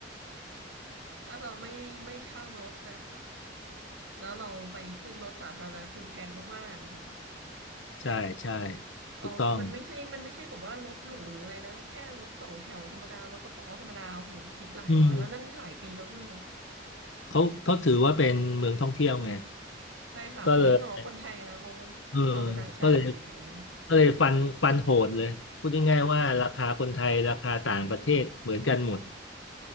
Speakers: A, on the right; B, on the left.
A: <laughs> ถ้าเราไม่ไม่เช่ารถน่ะแล้วเราไปขึ้นรถสาธารณะคือแพงมากๆอะค่ะ
B: ใช่ใช่
A: เอามันไม่ใช่มันไม่ใช่แบบว่ารถหรูหรืออะไรนะแค่รถสองแถวธรรมดารถกระป๋อธรรมดาโอ้โหคิดหลายร้อยแล้วนั่นหลายปีแล้วด้วยนะ
B: ถูกต้องอืมเขาเขาถือว่าเป็นเมืองท่องเที่ยวไง
A: ใช่ค่ะเขาไม่ง้อคนไทยนะเขา
B: ก็เลยเออ
A: เอาแต่ต่างชาติอย่างเดียวเลย
B: ก็เลยก็เลยฟันฟันโหดเลยพูดง่ายๆว่าราคาคนไทยราคาต่างประเทศเหมือนกันหมด